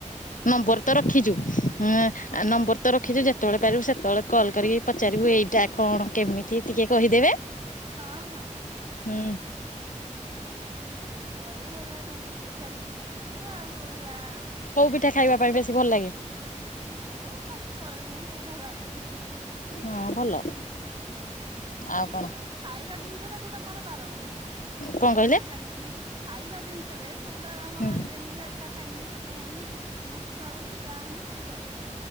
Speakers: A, on the left (about 85°); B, on the right (about 40°).
A: ନମ୍ବର ତ ରଖିଚୁ ଉମ ଆ ନମ୍ବର ତ ରଖିଚୁ ଯେ ତେବେଳେ ପାରିବୁ ସେତେବେଳେ କଲ୍ କରିକି ପଚାରିବୁ ଏଇଟା କଣ କେମିତି ଟିକେ କହିଦେବେ।
B: ହଁ ହଁ।
A: ହୁଁ
B: ହଉ ହେଲା କଣ ଟିକେ ପିଠା ପୁଠି ଶିଖିଚୁ ଆଉ ହେଲା ଏଇ
A: କୋଉ ପିଠା ଖାଇବା
B: ଯୋ,
A: ପାଇଁ ବେଶୀ ଭଲ ଲାଗେ
B: ମୋର ସବୁ ଚଳେ ମୁଁ କୋଉଠା ବାରେନି
A: ହଁ ଭଲ। ଆଉ
B: ମୁଁ
A: କଣ
B: କୌଣସି ଖାଇବା ଜିନିଷ ଟା କୋଉଟା ମୋର ବାରଣ ନାହିଁ।
A: କଣ କହିଲେ
B: ଏଟା ଖାଇମିନି ଖାଇବା ଜିନିଷରେ କଉଟା ଆମର
A: ହୁଁ
B: ଇଏ ନୁହ ଯେ ଏଟା ଖାଇମିନି ସେ ଟା ଖାଇମିନି ସେମିତିି ନୁହଁ, ମୋର ଛୁଆ ବେଳଠୁ ଯାହା ହେଲେ ସବୁ ଚଳେଇ ଦିଏ।